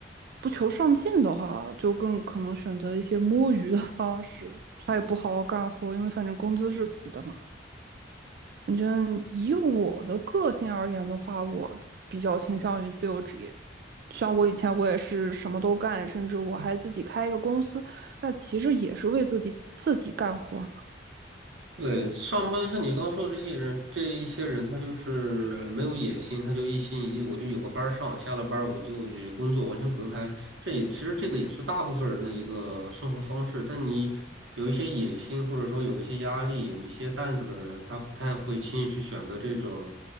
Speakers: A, on the right; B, on the right.
A: 不求上进的话，就更可能选择一些摸鱼的方式，他也不好好干活，因为反正工资是死的嘛。反正以我的个性而言的话，我比较倾向于自由职业。像我以前我也是什么都干，甚至我还自己开一个公司，那其实也是为自己自己干活，
B: 对，上班像你刚说的这些人，这一些人他就是没有野心，他就一心一意，我就有个班儿上，下了班儿我就与工作完全隔开。这也其实这个也是大部分人的一个生活方式。但你有一些野心，或者说有一些压力，有一些担子的人，他不太会轻易去选择这种